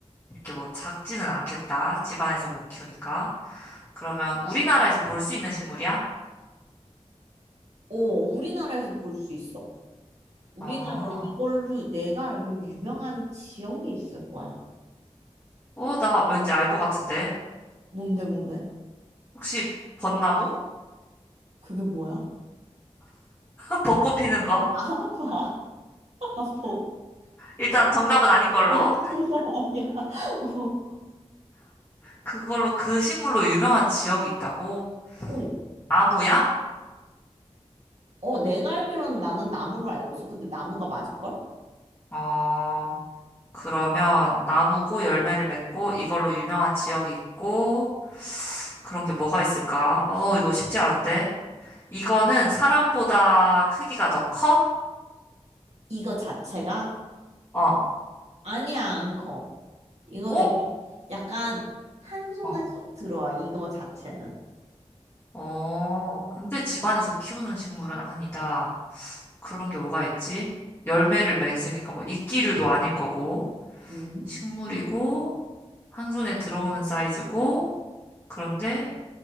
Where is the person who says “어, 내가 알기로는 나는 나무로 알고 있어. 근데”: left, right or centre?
Right